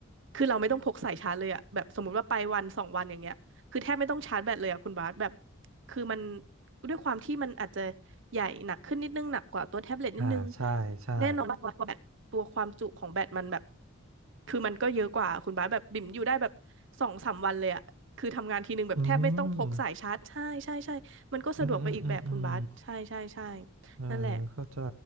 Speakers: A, on the right; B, on the right.
A: คือเราไม่ต้องพกสายชาร์จเลยอ่ะแบบสมมุติว่าไปวันสองวันอย่างเงี้ยคือแทบไม่ต้องชาร์จแบตเลยอ่ะคุณบาสแบบคือมันด้วยความที่มันอาจจะใหญ่หนักขึ้นนิดนึงหนักกว่าตัวแท็บเล็ตนิดนึง
B: อ่าใช่ใช่
A: แน่นอนว่าแบตตัวความจุของแบต มันแบบ คือมันก็เยอะกว่า คุณบาสแบบบิ่มอยู่ได้แบบสองสามวันเลยอะคือทำงานทีนึงแบบแทบไม่ต้องพกสายชาร์จใช่ใช่ใช่มันก็สะดวกไปอีกแบบคุณบาสใช่ใช่ใช่
B: อืมอืมอืมอืมอืมเออเข้าใจ
A: นั่นแหละ